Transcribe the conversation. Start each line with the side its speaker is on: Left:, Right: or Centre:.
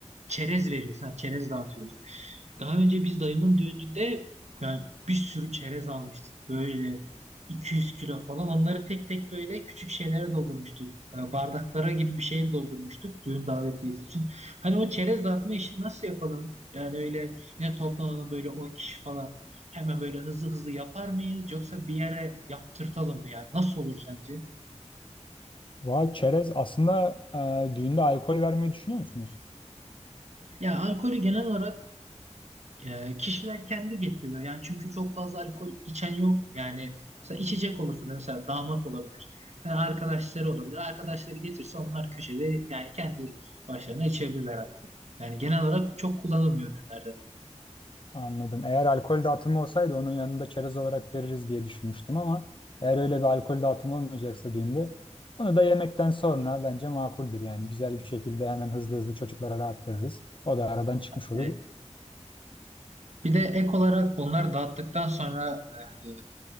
Right: çerez veriyoruz. Ha, çerez dağıtıyoruz. Daha önce biz dayımın düğününde yani bir sürü çerez almıştık. Böyle 200 kilo falan. Onları tek tek böyle küçük şeylere doldurmuştuk. E, Bardaklara gibi bir şeye doldurmuştuk düğün davetiyesi için. Hani o çerez dağıtma işini nasıl yapalım? Yani öyle yine toplanalım böyle 10 kişi falan. Hemen böyle hızlı hızlı yapar mıyız? Yoksa bir yere yaptırtalım mı yani? Nasıl olur sence?
Left: Vay çerez aslında e, düğünde alkol vermeyi düşünüyor musunuz?
Right: Ya alkolü genel olarak E, kişiler kendi getiriyor. Yani çünkü çok fazla alkol içen yok. Yani mesela içecek olursa da mesela damat olabilir. Hani arkadaşları olabilir. Arkadaşları getirse onlar köşede yani kendi başlarına içebilirler alkol. Yani genel olarak çok kullanılmıyor düğünlerde.
Left: Anladım. Eğer alkol dağıtımı olsaydı onun yanında çerez olarak veririz diye düşünmüştüm ama eğer öyle bir alkol dağıtımı olmayacaksa düğünde onu da yemekten sonra bence makuldür yani. Güzel bir şekilde hemen hızlı hızlı çocuklara dağıttırırız. O da aradan çıkmış olur.
Right: Evet. Bir de ek olarak onları dağıttıktan sonra e,